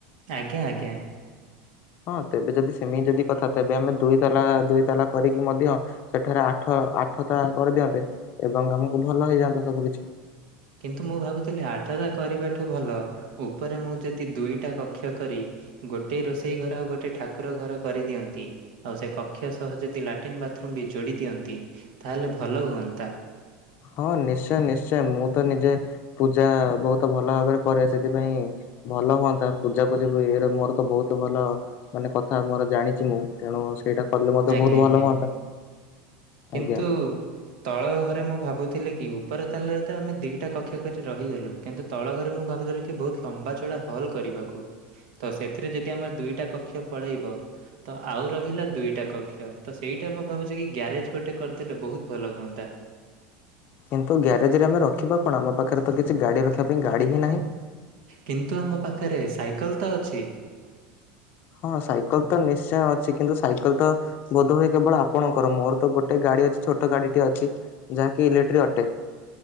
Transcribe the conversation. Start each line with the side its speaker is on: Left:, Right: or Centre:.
Right: ଆଜ୍ଞା ଆଜ୍ଞା।
Left: ହଁ ତେବେ ଯଦି ସେମିତି ଯଦି କଥା ତେବେ ଆମେ ଦୁଇ ତାଲା ଦୁଇ ତାଲା କରିକି ମଧ୍ୟ ସେଠାରେ ଆଠ ଆଠତାଲା କରିଦିଅନ୍ତେ ଏବଂ ଆମକୁ ଭଲ ହେଇଯାଆନ୍ତା ତ ସବୁ କିଛି।
Right: କିନ୍ତୁ ମୁଁ ଭାବୁଥିଲି ଆଠଟା କରିବାଠୁ ଭଲ ଉପରେ ମୁଁ ଯଦି ଦୁଇଟା କକ୍ଷ କରି ଗୋଟିଏ ରୋଷେଇ ଘର ଆଉ ଗୋଟେ ଠାକୁର ଘର କରିଦିଅନ୍ତି ଆଉ ସେ କକ୍ଷ ସହ ଯଦି ଲାଟିନ୍ ବାଥରୁମ ବି ଯୋଡି ଦିଅନ୍ତି ତାହେଲେ ଭଲ ହୁଅନ୍ତା।
Left: ହଁ ନିଶ୍ଚୟ ନିଶ୍ଚୟ ମୁଁ ତ ନିଜେ ପୂଜା ବହୁତ ଭଲ ଭାବରେ କରେ ସେଥିପାଇଁ ଭଲ ହୁଅନ୍ତା ପୂଜା ପୂଜି ହୁଏ ଏଇରେ ମୋର ତ ବହୁତ ଭଲ ମାନେ କଥା ମୋର ଜାଣିଛି ମୁଁ ତେଣୁ ସେଇଟା କଲେ ମଧ୍ୟ
Right: ଆଜ୍ଞା
Left: ବହୁତ
Right: ଆଜ୍ଞା
Left: ଭଲ ହୁଅନ୍ତା।
Right: କିନ୍ତୁ
Left: ଆଜ୍ଞା।
Right: ତଳ ଘରେ ମୁଁ ଭାବୁଥିଲି କି ଉପର ତାଲରେ ତ ଆମେ ଦିଇଟା କକ୍ଷ କରି ରହିଗଲୁ କିନ୍ତୁ ତଳ ଘରେ ମୁଁ ଭାବିଥିଲି କି ବହୁତ ଲମ୍ବା ଚଢଡା ହଲ୍ କରିବାକୁ। ତ ସେଥିରେ ଯଦି ଆମର ଦୁଇଟା କକ୍ଷ ପଳେଇବ। ତ ଆଉ ରହିଲା ଦୁଇଟା କକ୍ଷ ତ ସେଇଟା ମୁଁ ଭାବୁଛି କି ଗ୍ୟାରେଜ ଗୋଟେ କରିଦେଲେ ବହୁତ ଭଲ ହୁଅନ୍ତା।
Left: ଆପଣ ତ ଗ୍ୟାରେଜରେ ଆମେ ରଖିବା କଣ ଆମ ପାଖରେ ତ କିଛି ଗାଡ଼ି ରଖିବା ପାଇଁ ଗାଡ଼ି ହିଁ ନାହିଁ।
Right: କିନ୍ତୁ ଆମ ପାଖରେ ସାଇକେଲ ତ ଅଛି।
Left: ହଁ ସାଇକେଲ ତ ନିଶ୍ଚୟ ଅଛି କିନ୍ତୁ ସାଇକେଲ ତ ବୋଧହୁଏ କେବଳ ଆପଣଙ୍କର ମୋର ତ ଗୋଟେ ଗାଡି ଅଛି ଛୋଟ ଗାଡିଟି ଅଛି ଯାହାକି ଇଲେକ୍ଟ୍ରି ଅଟେ।